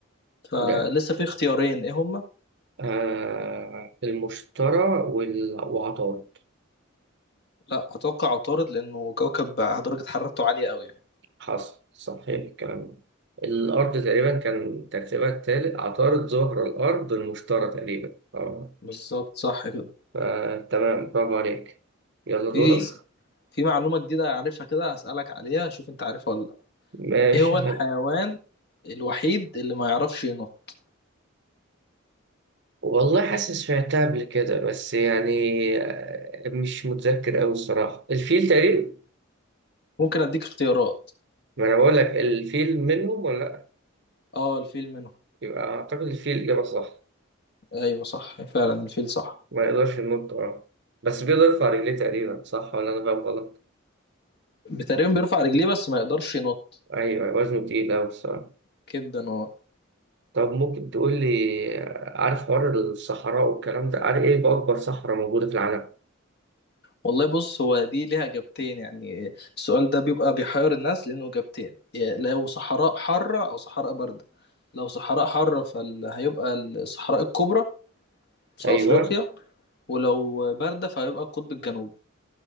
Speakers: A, on the left; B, on the right.
A: فلسه
B: ده
A: في اختيارين ايه هما
B: آه المشترى وال- وعطارد
A: لا اتوقع عطارد لانه كوكب بقى درجه حرارته عاليه قوي يعني
B: حصل صحيح الكلام ده الأرض تقريبا كان ترتيبها التالت عطارد زهرة الأرض المشترى تقريبا اه
A: بالظبط صح كده
B: فتمام برافو عليك يلا دورك
A: في في معلومه جديده عارفها كده هسألك عليها شوف انت عارفها ولا لا
B: ماشي
A: ايه هو الحيوان
B: حلو
A: الوحيد اللي ما يعرفش ينط
B: والله حاسس سمعتها قبل كده بس يعني آه، مش متذكر أوي الصراحة الفيل تقريبا
A: ممكن اديك اختيارات
B: ما انا بقول لك الفيل منهم ولا لا
A: اه الفيل منه
B: يبقى اعتقد الفيل الاجابه صح
A: ايوه صح فعلا الفيل صح
B: ما يقدرش ينط اه بس بيقدر يرفع رجليه تقريبا صح ولا انا فاهم غلط
A: تقريبا بيرفع رجليه بس ما يقدرش ينط
B: ايوه وزنه تقيل قوي الصراحه
A: كده اه
B: طب ممكن تقول لي آه، عارف حوار الصحراء والكلام ده عارف ايه اكبر صحراء موجوده في العالم
A: والله بص هو دي ليها اجابتين يعني السؤال ده بيبقى بيحير الناس لانه اجابتين يا لو صحراء حارة او صحراء باردة لو صحراء حارة فهيبقى الصحراء الكبرى في
B: ايوه
A: افريقيا ولو باردة فهيبقى القطب الجنوبي